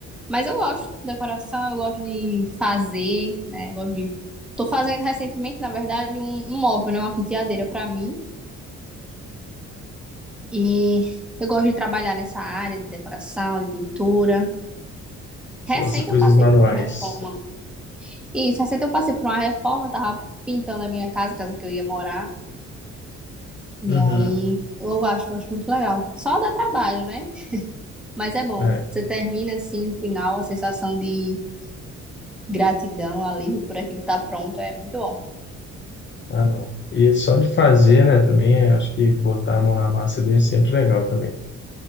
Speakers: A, in the centre; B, on the left.
A: Mas eu gosto de decoração, eu gosto de fazer, né? Eu gosto de. Tô fazendo recentemente, na verdade, um, um móvel, né? Uma penteadeira para mim. E eu gosto de trabalhar nessa área de decoração, de pintura.
B: Você
A: Recente
B: gosta de coisas
A: eu passei
B: manuais,
A: por uma reforma. Isso, recente eu passei por uma reforma, tava pintando a minha casa, casa que eu ia morar. E
B: Uhum.
A: aí eu acho, acho muito legal. Só dá trabalho, né? Mas é bom.
B: né?
A: Você termina assim o final, a sensação de gratidão, alívio por aquilo que tá pronto, é muito bom.
B: Ah, não. E só de fazer, né, também, eu acho que botar a mão na massa ali é sempre legal também.